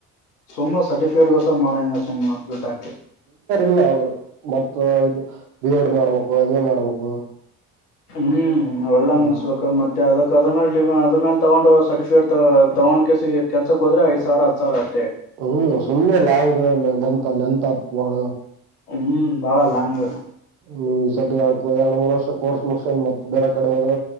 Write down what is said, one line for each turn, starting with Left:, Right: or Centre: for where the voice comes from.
Left: ಸುಮ ಸರ್ಟಿಫಿಕೇಟ್ಗೋಸ್ಕರ ಮಾಡಿದಂಗ್ ಆಯ್ತ್ ಸುಮು ದುಡ್ ಹಾಕಿ.
Right: ಲ್ಲ ಆದ್ರೆ ಮತ್ತ ಇ ಬಿ ಎಡ್ ಮಾಡ್ಬೇಕು ಎಂ ಎ ಮಾಡ್ಬೇಕು.
Left: ಹ್ಮ್ ಅವೆಲ್ಲಾ
Right: ಹ
Left: ಮುಗಸ್ಬೇಕ ಮತ್ತ ಯಾವ್ದೋ ಅದ್ರ ಮ್ಯಾಲ ಅದರ್ ಮ್ಯಾಲ ತಗೊಂಡ್ ಸರ್ಟಫಿಕೇಟ್ ತೊಗೊಂಡ್ಕೆಸಿ ಕೆಲ್ಸಕ್ ಹೋದ್ರ ಐದ ಸಾವಿರ ಹತ್ತ ಸಾವಿರ ಅಷ್ಟೇ
Right: ಹ್ಮ್ ಸುಮ್ಮ್ನೆ ಲಾಂಗ ಲೆಂತ್ ಲೆಂಥ್ ಆತದ ಭಾಳ
Left: ಹ್ಮ್ ಬಾಳ ಲಾಂಗ್
Right: ನೀವ್ ಈ ಸದ ಯಾಡ್ ಎರಡ್ ಮೂರ್ ವರ್ಷ ಕೋರ್ಸ್ ಮುಗಸನ ಮತ್ ಬೇರೆ ಕಡೆ ಹೋದ್ರ